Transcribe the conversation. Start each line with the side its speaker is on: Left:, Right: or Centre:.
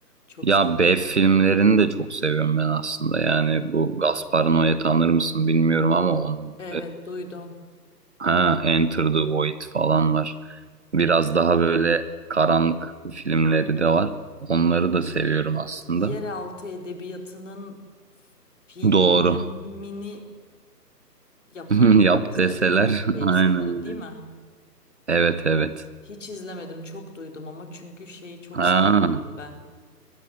Left: Çok
Right: Ya
Left: sevmiştim
Right: B filmlerini
Left: çünkü.
Right: de çok seviyorum ben aslında. Yani bu Gaspar Noé tanır mısın bilmiyorum ama onun
Left: Evet duydum.
Right: Ha, Enter the Void falan var. Biraz daha böyle karanlık filmleri de var. Onları da seviyorum aslında.
Left: Yeraltı edebiyatının filmini
Right: Doğru.
Left: yapan
Right: <laughs>
Left: tarzda
Right: Yap deseler.
Left: bir şey
Right: <laughs> Aynen.
Left: sanırım değil mi?
Right: Evet evet.
Left: Hiç izlemedim çok duydum ama çünkü şeyi çok
Right: Ha,
Left: sevmiyorum ben.